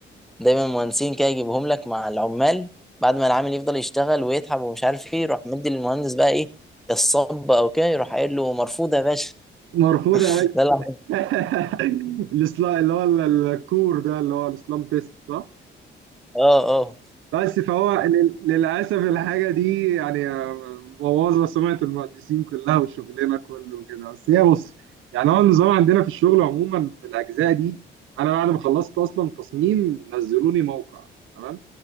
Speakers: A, in the centre; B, on the right (about 85°).
A: دايما المهندسين كده يجيبهم لك مع العمال بعد ما العامل يفضل يشتغل ويتعب ومش عارف ايه يروح مدي للمهندس بقى ايه الصب او كده يروح قايل له مرفوض يا باشا
B: مرفوضة
A: <laughs>
B: يا
A: ده اللي-
B: باشا <laughs> الإصلاح- اللي هو ال- الكور ده اللي هو الاسلام تيست صح
A: اه
B: بس فهو لل- للأسف الحاجة دي يعني مبوظة سمعة المهندسين كلها وشغلنا كله وكده بس هي بص يعني هو النظام عندنا في الشغل عموما في الأجزاء دي أنا بعد ما خلصت أصلا تصميم نزلوني موقع تمام